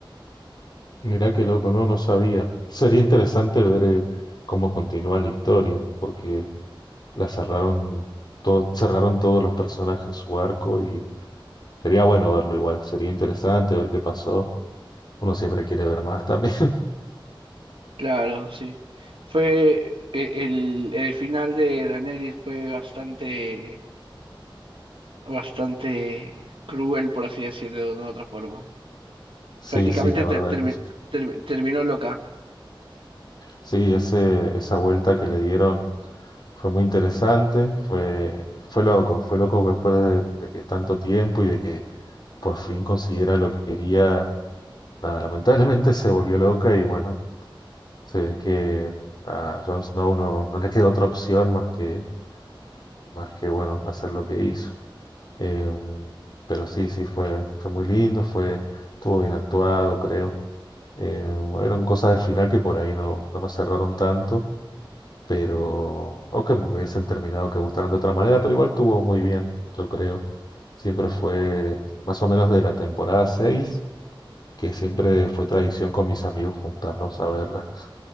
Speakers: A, on the left (about 55°); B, on the right (about 80°).
A: Mirá qué loco, no, no sabía. Sería interesante ver eh, cómo continúa la historia, porque la cerraron, todo, cerraron todos los personajes su arco y sería bueno verlo igual, sería interesante ver qué pasó. Uno siempre quiere ver más también. <laughs>
B: Claro, sí. Fue e- el, el final de Daenerys fue bastante, bastante cruel, por así decirlo, de una u otra forma.
A: Sí,
B: Prácticamente
A: sí, la
B: ter-
A: verdad
B: termi-
A: que
B: termi- terminó loca.
A: sí, ese, esa vuelta que le dieron fue muy interesante, fue, fue loco, fue loco después de, de que tanto tiempo y de que por fin consiguiera lo que quería. Nada, lamentablemente se volvió loca y bueno. Sí, que a Jon Snow no, no le quedó otra opción más que, más que bueno, hacer lo que hizo. Em, pero sí, sí, fue, fue muy lindo, fue, estuvo bien actuado, creo. Em, eran cosas del final que por ahí no, no me cerraron tanto, pero, o que me hubiesen terminado que gustaran de otra manera, pero igual estuvo muy bien, yo creo. Siempre fue más o menos de la temporada 6 que siempre fue tradición con mis amigos juntarnos a verla.